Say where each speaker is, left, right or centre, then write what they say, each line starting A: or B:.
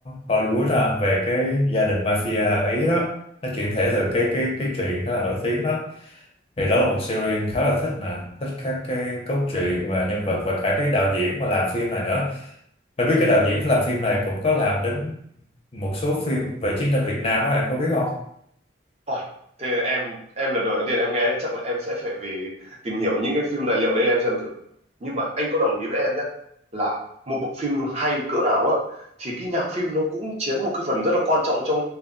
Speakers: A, on the left (about 30°); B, on the right (about 35°).
A: Hollywood ha, về cái gia đình mafia ở Ý đó nó chuyển thể từ cái cái cái truyện khá là nổi tiếng đó thì đó là một series khá là thích nè thích các cái cốt truyện và nhân vật và cả cái đạo diễn mà làm phim này nữa em biết cái đạo diễn làm phim này cũng có làm đến một số phim về chiến tranh Việt Nam á em có biết không
B: Ôi, thế em em lần đầu tiên em nghe đấy chắc là em sẽ phải về tìm hiểu những cái phim tài liệu đấy em xem thử. Nhưng mà anh có đồng ý với em nhé là một bộ phim hay cỡ nào á thì cái nhạc phim nó cũng chiếm một cái phần rất là quan trọng trong